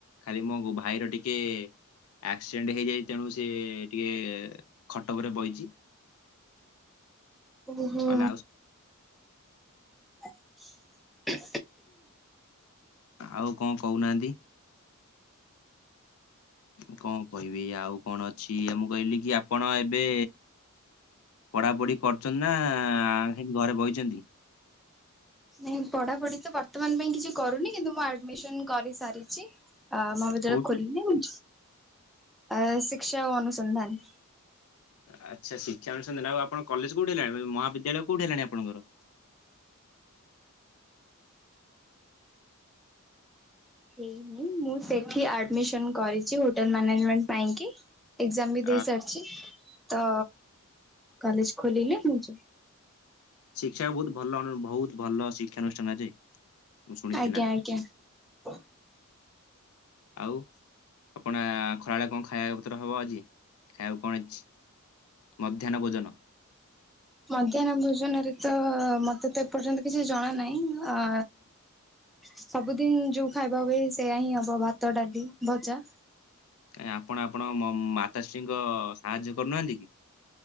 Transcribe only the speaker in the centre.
ଓହୋ।
<inaudible>
ନାଇଁ ପଢ଼ାପଢି ତ ବର୍ତ୍ତମାନ ପାଇଁ କିଛି କରୁନି କିନ୍ତୁ ମୁଁ ଆଡ଼ମିସନ କରିସାରିଚି, ଆ <unintelligible> ଜଳ
ଖୋଲିଲି, ଆ ଶିକ୍ସା ଓ ଅନୁସନ୍ଧାନ।
ହେଇନି ମୁଁ ସେଠି ଆଡ଼ମିସନ କରିଛି ହୋଟେଲ୍ ମ୍ୟାନେଜମେଣ୍ଟ ପାଇଁକି। ଏକ୍ଜାମ୍ ବି ଦେଇସାରିଛି
ତ କଲେଜ୍ ଖୋଲିଲେ ମୁଁ ଯିବି।
ଆଜ୍ଞା
ଆଜ୍ଞା। <inaudible>
ମଧ୍ୟାହ୍ନ ଭୋଜନରେ ତ ମତେ ତ ଏପର୍ଯ୍ୟନ୍ତ କିଛି ଜଣାନାଇଁ, ଆ ସବୁଦିନ ଯୋଉ ଖାଇବା ହୁଏ ସେଇୟା ହିଁ ହବ ଭାତ, ଡ଼ାଲି, ଭଜା।